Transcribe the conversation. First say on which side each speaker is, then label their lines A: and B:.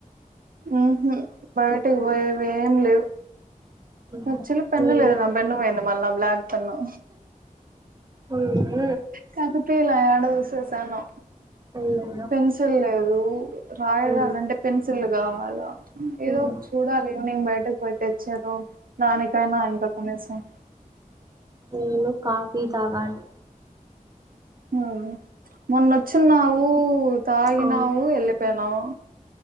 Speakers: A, on the right; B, on the right.
A: ఉహు బయటికి పోయేవి ఏం లేవు
B: అయ్యన్నా
A: అక్చుఅల్లీ పెన్ను
B: నేను
A: లేదు పెన్ను పోయింది మల్లా బ్లాక్ పెన్ను
B: ఉమ్
A: కనిపిలా యాడ చూసేసాను
B: అయ్యన్న
A: పెన్సిల్ లేదు ఉ రాయగలంటే
B: ఉమ్
A: టే పెన్సిల్స్ కావాలా ఏదోక్
B: ఉమ్
A: చూడాలి ఈవినింగ్ బయటకు పోయితేచ్చారు దానికైనా ఇంకా కనీసం
B: ఏ కాఫీ తాగాలి
A: హ మొన్నొచ్చన్నావు తాగినావు
B: ఆ
A: వెళ్ళిపోయినావు